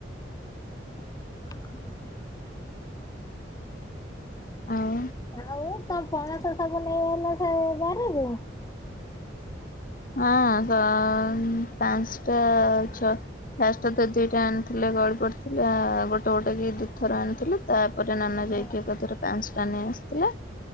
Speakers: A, on the left (about 20°); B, on the left (about 50°).
A: ହଁ। <inaudible>
B: ଆଉ
A: ଆଉ ତମ ପଣସ ସବୁ ନେଇଆଇଲ ସେ ବାଡିରୁ?
B: ହଁ ପାଁ ପାଞ୍ଚଟା ଛଅ ଫାଷ୍ଟ ତ ଦିଟା ଆଣିଥିଲେ ଗଳି ପଡ଼ିଥିଲାଆଉ ଗୋଟେ ଗୋଟେ କି ଦିଇଥର ଆଣିଥିଲେ। ତାପରେ ନନା
A: ହୁଁ
B: ଯାଇକି ଏକାଥରେ ପାଞ୍ଚିଟା ନେଇ ଆସିଥିଲେ